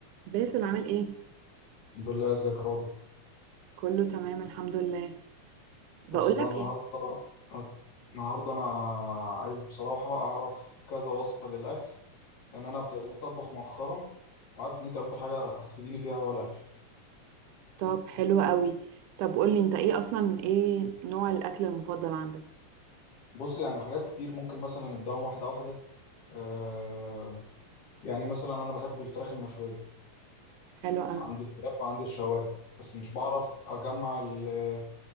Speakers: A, on the right; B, on the left.
A: باسل عامل ايه
B: الحمد لله ازيك يا راضي
A: كله تمام الحمد لله بقولك
B: بص بقى النهارده
A: ايه
B: أت- النهارده انا عايز بصراحه اعرف كذا وصفه للاكل لان انا ابتديت اطبخ مؤخرا وعارف ان انت اكتر حاجه هتفيديني فيها هو الاكل
A: طب حلو قوي طب قولي انت ايه اصلا ايه نوع الاكل المفضل عندك
B: بص يعني حاجات كتير ممكن مثلا نبداهم واحده واحده آه يعني مثلا انا بحب الفراخ المشويه
A: حلو قوي
B: عندي الفراخ وعندي الشوايه بس مش بعرف اجمع ال-